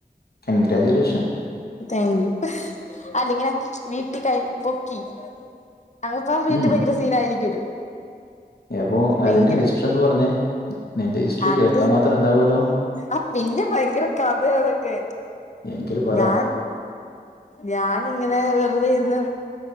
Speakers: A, on the left; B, on the left.
A: കൺഗ്രാജുേഷൻ
B: താങ്ക് യു. അല്ലങ്ങനെ വീട്ടിൽ കഴിഞ് പൊക്കി <unintelligible> അപ്പം വീട്ടിൽ
A: ഉം
B: ഭയങ്കര സീന ആയിരിക്കും രും
A: അപ്പൊ
B: ഭയങ്കര
A: അതിന്റെ ഹിസ്റ്ററി എന്ന് പറഞ്ഞേ നിന്റെ ഹിസ്റ്ററി
B: അത്
A: കേൾക്കാൻ മാത്രം ഉണ്ടാവുമല്ലോ
B: ആ പിന്നെ ഭയങ്കര കഥയാ അതൊക്കെ
A: എങ്കിൽ പറ
B: ഞാൻ ഞാൻ ഇങ്ങനെ വെറുതെയിരുന്ന്